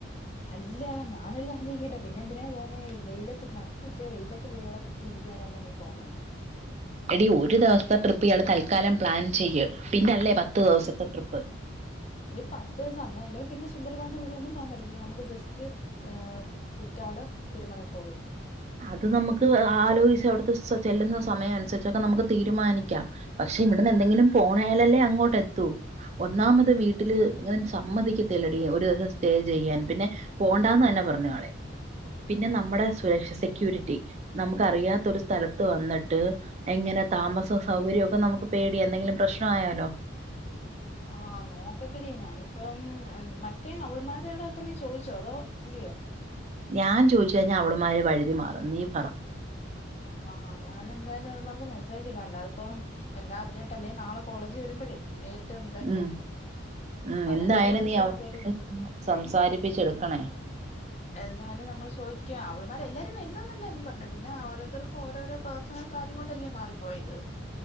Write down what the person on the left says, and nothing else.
അല്ല ഞാനൊരു കാര്യം ചോയ്ക്കട്ടെ പിന്നെ എന്തിനാ പോന്നേ വെയിലത്ത് നട്ടു ഉച്ച വെയിലത്ത് പോയി അവിടെ കുത്തിയിരിക്കാനാന്നോ നീ പോന്നേ.
എടീ പത്ത് ദിവസം അന്ന് അല്ലെങ്കിൽ പിന്നെ സുന്ദർപാണ്ടിപൂരം ഒന്നും പോകാൻ പറ്റത്തില്ല നമുക്ക് ജസ്റ്റ് ഏഹ് കുറ്റാലർ, തിരുമലക്കോവിൽ
ഉം
ആഹ് നോക്കട്ടെടി ഞാനിപ്പം മറ്റേ അവൾമാരോടൊക്കെ നീ ചോദിച്ചോ അതോ ഇല്ലിയോ?
ആഹ് ഞാൻ എന്തായാലും അവൾമാർക്ക് മസ്സേജ്ടാ അല്ലാതിപ്പം എല്ലാ അർഞ്ഞിട്ടല്ലെ നാളെ കോളേജ് വരുമ്പഴേ. നേരിട്ട് സംസാരിക്കാം.
എന്നിട്ട്
ചോദിക്കാം
വരും
എന്തായാലും നമ്മള് ചോയ്ക്ക അവള്മാർ എല്ലാരും വരുന്നെന്നല്ലേന്ന് പറഞ്ഞു പിന്നാരു ത്തർക്കും ഓരോരോ പേഴ്സണെൽ കാര്യം കൊണ്ടല്ലേ മാറിപ്പോയത്.